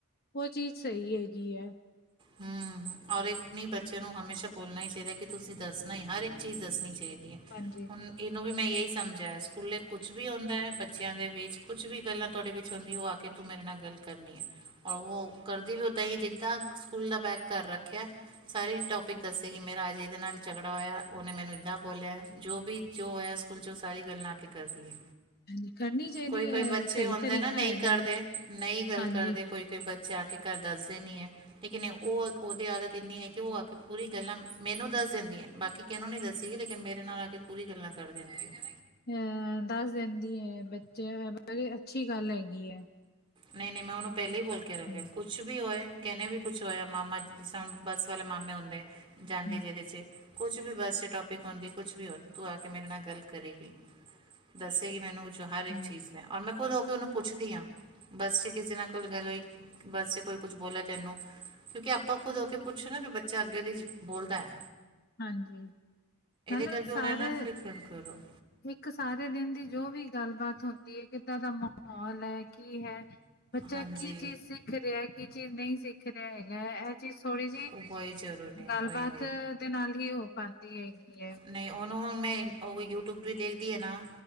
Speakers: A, on the left; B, on the right.
A: ਓ ਚੀਜ ਸਹੀ ਹੈਗੀ ਐ।
B: ਹੂੰ। ਔਰ ਇੱਕ ਨੀ ਬੱਚੇ ਨੂੰ ਹਮੇਸ਼ਾ ਬੋਲਨਾ ਈ ਚਾਹੀਦਾ ਕਿ ਤੁਸੀ ਦੱਸਣਾ ਈ ਹਰ ਏਕ ਚੀਜ਼ ਦੱਸਣੀ ਚਾਹੀ ਦੀ ਐ
A: ਹਾਂਜੀ
B: ਹੁਨ ਏਨੂੰ ਵੀ ਮੈਂ ਯੇਈ ਸਮਝਾਆ ਸਕੂਲੇ ਕੁਛ ਵੀ ਹੋਂਦਾ ਐ, ਬੱਚੇਆਂ ਦੇ ਵਿੱਚ ਕੁਛ ਵੀ ਗੱਲਾਂ ਤੁਹਾਡੇ ਵਿੱਚ ਹੁੰਦੀ ਓ ਆ ਕੇ ਤੂੰ ਮੇਰੇ ਨਾਲ ਗੱਲ ਕਰਨੀ ਐ, ਔਰ ਓ ਕਰਦੀ ਵੀ ਓਦਾਂ ਈ ਜਿਦਾਂ ਸਕੂਲ ਦਾ ਬੈਗ ਘਰ ਰੱਖੇਆ ਸਾਰੀ ਟੋਪਿਕ ਦੱਸੇਗੀ ਮੇਰਾ ਅੱਜ ਏਦੇ ਨਾਲ ਝਗੜਾ ਹੋਏਆ, ਓਨੇ ਮੈਨੂੰ ਏਦਾਂ ਬੋਲਿਆ, ਜੋ ਵੀ ਜੋ ਹੋਏਆ ਸਕੂਲ ਚ ਸਾਰੀ ਗੱਲਾਂ ਆ ਕੇ ਕਰਦੀ ਏ।
A: ਹਾਂਜੀ ਕਰਨੀ ਚਾਹੀਦੀ
B: ਕੋਈ ਕੋਈ
A: ਹੈ
B: ਬੱਚੇ
A: ਸਹੀ
B: ਹੋਂਦੇ
A: ਤਰੀਕਾ
B: ਨਾ ਨਈ
A: ਹੈਗਾ
B: ਗਲ ਕਰਦੇ,
A: ਹੈ
B: ਨਈ ਗੱਲ
A: ਹਾਂਜੀ
B: ਕਰਦੇ ਕੋਈ ਕੋਈ ਬੱ ਚੇ ਆ ਕੇ ਘਰ ਦੱਸਦੇ ਨੀ ਐ। ਲੇਕਿਨ ਓ ਓਦੀ ਆਦਤ ਇੰਨੀ ਐ ਕਿ ਓ ਆ ਕੇ ਪੂਰੀ ਗੱਲਾਂ ਮੈਨੂੰ ਦੱਸ ਦੇਂਦੀ ਏ, ਬਾਕੀ ਕਿਨੂੰ ਨੀ ਦੱਸ ਸੀ। ਲੇਕਿਨ ਮੇਰੇ ਨਾਲ ਆ ਕੇ ਪੂਰੀ ਗੱਲਾਂ ਕਰ ਦੇਂਦੀ ਐ।
A: ਅ ਦੱਸ ਦੇਂਦੀ ਏ। ਬੱਚੇ ਬ ਅੱਛੀ ਗੱਲ ਹੈਗੀ ਐ।
B: ਨਈ ਨਈ ਮੈਂ ਓਨੂੰ ਪੈਲੇ ਈ ਬੋਲ ਕੇ ਰੱਖੇਆ
A: ਹਮ,
B: ਐ। ਕੁਛ ਕੁਛ ਵੀ ਹੋਏ ਕੈਨੇ ਵੀ ਕੁਛ ਹੋਏਆ, ਮਾਮਾ ਜਿਸਰਾਂ ਹੁਨ ਬੱਸ ਵਾਲੇ ਮਾਮੇ ਹੁੰਦੇ ਐ। ਜਾਂਦੇ
A: ਹਮ,
B: ਜਿਦੇ ਚ। ਕੁਛ ਵੀ ਬੱਸ ਟੋਪ ਪਿਕ ਹੋਂਦੀ ਕੁਛ ਵੀ ਹੋਏ ਤੂੰ ਆ ਕੇ ਮੇਰੇ ਨਾਲ ਗੱਲ ਕਰੇਗੀ। ਦੱਸੇਗੀ ਮੈਨੂੰ। ਜੋ ਹਰ ਏਕ
A: ਹਮ,
B: ਚੀਜ਼ ਨੇ। ਔਰ ਮੈਂ ਖੁਦ ਹੋ ਕੇ ਓਨੂੰ ਪੁੱਛਦੀ ਆਂ ਬਸ ਚ ਕਿਸੇ ਨਾਲ ਕੋਲ ਗੱਲ ਹੋਈ? ਬਸ ਚ ਕੋਈ ਕੁਛ ਬੋਲੇਆ ਤੈਨੂੰ? ਕਿਉਂਕਿ ਆਪਾਂ ਖੁਦ ਹੋ ਕੇ ਪੁੱਛ ਨਾ ਫਿਰ ਬੱਚਾ ਅੱਗੇ ਦੀ ਬੋਲਦਾ ਐ।
A: ਹਾਂਜੀ, ਮਤਲਬ
B: ਕਰਕੇ ਉਹਨਾਂ
A: ਸਾਰੇ
B: ਨਾਲ ਫਿਕਰ ਕਰੋ
A: ਇੱਕ ਸਾਰੇ ਦਿਨ ਦੀ ਜੋ ਵੀ ਗੱਲਬਾਤ ਹੁੰਦੀ ਹੈ, ਕਿੱਦਾਂ ਦਾ ਮਾਹੌਲ ਹੈ ਕੀ ਹੈ? ਬੱਚਾ
B: ਹਾਂਜੀ
A: ਕੀ ਚੀਜ਼ ਸਿਖ ਰਿਹਾ ਕੀ ਚੀਜ਼ ਨਹੀਂ ਸਿੱਖ ਰਿਹਾ ਹੈਗਾ ਇਹ ਜੀ ਥੋੜ੍ਹੀ ਜਿ
B: ਉਹ ਹੀ ਜ਼ਰੂਰ ਨੇ
A: ਗੱਲਬਾਤ
B: ਓਏ ਓਏ
A: ਦੇ ਨਾਲ ਹੀ ਹੋ ਪਾਂਦੀ ਹੈਗੀ ਹੈ।
B: ਨਹੀਂ, ਉਹਨੂੰ ਹੁਣ ਮੈਂ ਉਹ ਵੀ ਯੂਟਿਊਬ ਵੀ ਦੇਖਦੀ ਹੈਨਾ